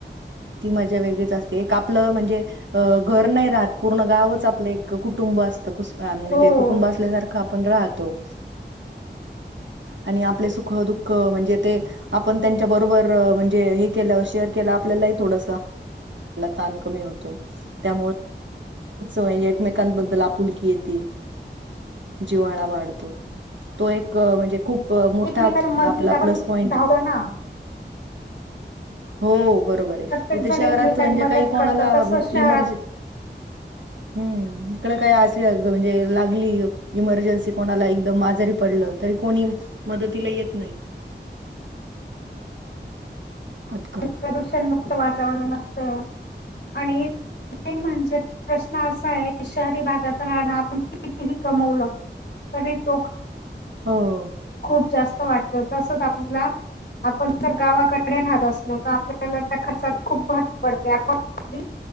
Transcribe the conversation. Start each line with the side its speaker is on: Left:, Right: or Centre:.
Right: ती मजा वेगळीच असते एक आपलं म्हणजे घर नाही राहत पूर्ण गावच आपलं एक कुटुंब असत म्हणजे
Left: हो.
Right: कुटुंब असल्यासारखं आपण राहतो आणि आपले सुख दुःख म्हणजे ते आपण त्यांच्या बरोबर म्हणजे हे शेअर केलं की आपलं पण ताण जारा कमी होते म्हणजे एकमेकांबद्दल आपुलकी येत जिवाळा वाढतो तो एक म्हणजे खूप मोठा
Left: एकमेकाच्या मदतीला
Right: आपला
Left: आपण
Right: प्लस पॉईंट
Left: धावतो
Right: आहे
Left: ना
Right: हो बरोबर आहे
Left: प्रत्येक
Right: इथे
Left: जण
Right: शहरात
Left: एकमेकाची
Right: म्हणजे
Left: मदत
Right: काही
Left: करतात
Right: कोणाला
Left: तसं शहरात
Right: एमर्जनसी हम्म इकड काय अे म्हणजे लागली इमर्जन्सी कोणाला एकदम आजरी पडलं तरी कोणी मदतीला येत नाही पटकन
Left: प्रदूषण मुक्त वातावरण असत आणि मेन म्हणजे प्रश्न असा आहे शहरी भागात राहण आपण कितीही कमवलं तरी तो
Right: हो
Left: खूप जास्त वाटतो तसच आपला आपण जर गावाकडे राहत असलो तर आपल्याला त्या खर्चात खूप भर पडते आपण